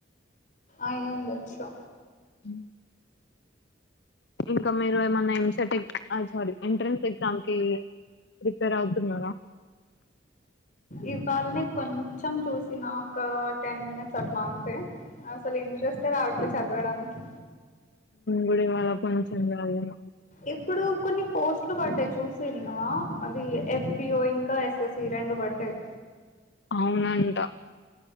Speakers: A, on the left; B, on the left.
A: అయి ఉండొచ్చు
B: ఇ ఇంకా మీరు ఏమన్నా ఎంసటెక్ ఐమ్ సారీ ఎంట్రెన్స్ ఎగ్జామ్ కి ప్రీపేర్ అవుతున్నారా
A: ఇవాల్నే కొంచెం చూసినా ఒక టెన్ మినిట్స్ అట్లా అంతే అసలు ఇంట్రెస్టే రావట్లే చదవడానికి
B: గుడివాడ అప్పటినుంచి నేను చదివిన
A: ఇప్పుడు కొన్ని పోస్ట్లు పడ్డాయి చూసిన్నా అద ఎఫ్ బి ఓ ఇంకా ఎస్ రెండు బడ్డయి
B: అవునంట